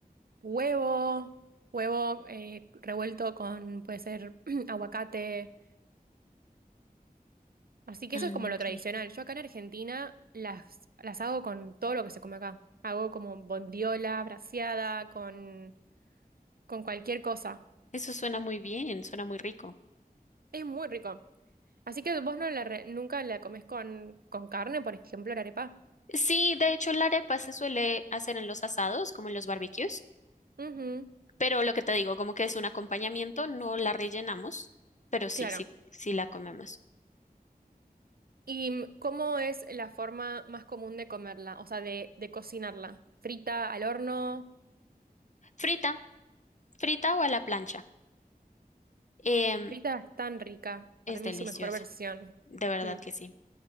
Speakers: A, on the right (about 70°); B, on the left (about 50°).
A: huevo, huevo eh, revuelto con, puede ser, <clears throat> aguacate. Así que
B: Ah,
A: eso es como lo
B: ok.
A: tradicional. Yo acá en Argentina las, las hago con todo lo que se come acá. Hago como bondiola, braseada, con, con cualquier cosa.
B: Eso suena muy bien, suena muy rico.
A: Es muy rico. Así que vos no la re- nunca la comes con, con carne, por ejemplo, la arepa.
B: Sí, de hecho la arepa se suele hacer en los asados, como en los barbecues,
A: Ujú,
B: pero lo que te digo, como que es un acompañamiento, no la rellenamos, pero sí,
A: Claro.
B: sí, sí la comemos.
A: ¿Y cómo es la forma más común de comerla? O sea, de, de cocinarla. Frita al horno.
B: Frita. frita o a la plancha. Em,
A: Frita es tan rica.
B: es
A: Para mí
B: deliciosa,
A: es su mejor versión.
B: de verdad
A: Mm.
B: que sí.